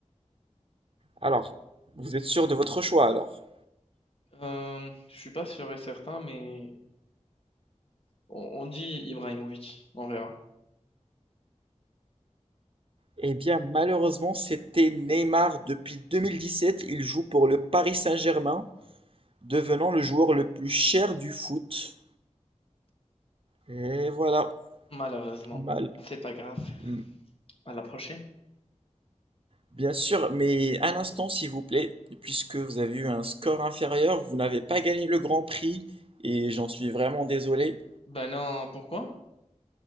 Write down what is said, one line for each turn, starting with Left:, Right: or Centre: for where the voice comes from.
Right: Alors, vous êtes sûr de votre choix alors?
Left: Euh, je suis pas sûr et certain, mais on, on dit Ibrahimovic. On verra.
Right: Eh bien, malheureusement, c'était Neymar. Depuis 2017, il joue pour le Paris Saint-Germain, devenant le joueur le plus cher du foot. Et voilà.
Left: Malheureusement,
Right: Mal.
Left: c'est pas grave.
Right: Mm.
Left: À la prochaine.
Right: Bien sûr, mais un instant, s'il vous plaît, puisque vous avez eu un score inférieur, vous n'avez pas gagné le Grand Prix, et j'en suis vraiment désolé.
Left: Ben non, pourquoi?